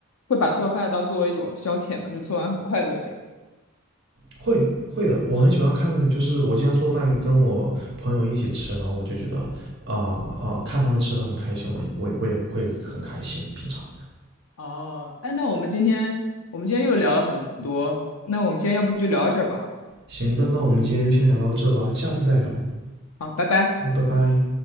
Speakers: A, on the left (about 80°); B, on the right (about 55°).
A: 会把做饭当做一种消遣吗？就做完很快乐这样。
B: 会会的，我很喜欢看，就是我经常做饭跟我朋友一起吃，然后我就觉得啊啊、呃呃看他们吃的很开心，我也我也我也会很开心。平常
A: 哦，哎，那我们今天我们今天又聊了很多，那我们今天要不就聊到这儿吧？
B: 行的，那我们今天就先聊到这吧，下次再聊，
A: 好，拜拜。
B: 拜拜。